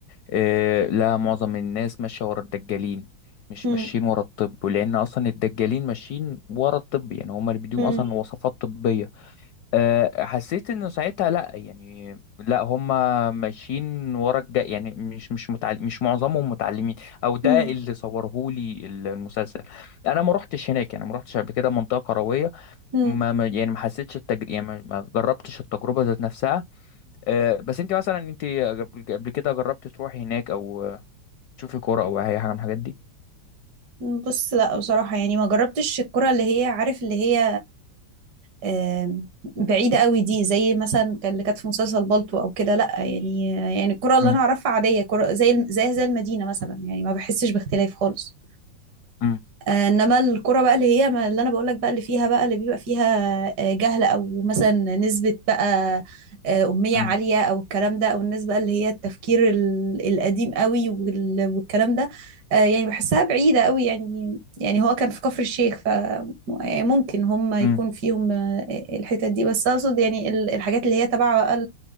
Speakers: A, on the left; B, on the right.
A: آه، لا معظم الناس ماشية ورا الدجالين مش
B: مم.
A: ماشيين ورا الطب لأن أصلا الدجالين ماشيين ورا الطب يعني هما اللي بيديهم
B: مم.
A: أصلا وصفات طبية أه، حسيت انه ساعتها لا يعني لا هم ماشيين ورا الجاي يعني مش مش متعلم مش معظمهم متعلمين او ده
B: مم.
A: اللي صورهولي ال- المسلسل انا ما روحتش هناك يعني ما روحتش قبل كده منطقه قرويه
B: مم.
A: ما ما- يعني ما حسيتش التجربه يعني ما ما جربتش التجربه ذات نفسها أه، بس انت مثلا انت قبل قبل كده جربت تروحي هناك او أه، تشوفي كوره او اي حاجه من الحاجات دي
B: مم. بص لا بصراحة يعني ما جربتش الكرة اللي هي عارف اللي هي آم، بعيدة قوي دي زي مثلا كان اللي كانت في مسلسل بالطو او كده لا يعني يعني الكرة اللي
A: مم،
B: انا اعرفها عادية كرة زي الم- زي زي المدينة مثلا يعني ما بحسش باختلاف خالص
A: مم،
B: آه، انما الكرة بقى اللي هي ما- اللي انا بقول لك بقى اللي فيها بقى اللي بيبقى فيها آه، جهل او مثلا نسبة بقى آه، أمية
A: مم،
B: عالية او الكلام ده او الناس بقى اللي هي التفكير ال- القديم قوي وال- والكلام ده آه، يعني بحسها بعيدة قوي يعني يعني هو كان في كفر الشيخ ف يعني ممكن هم يكون
A: مم،
B: فيهم آه، الحتت دي بس اقصد يعني ال- الحاجات اللي هي تبع بقى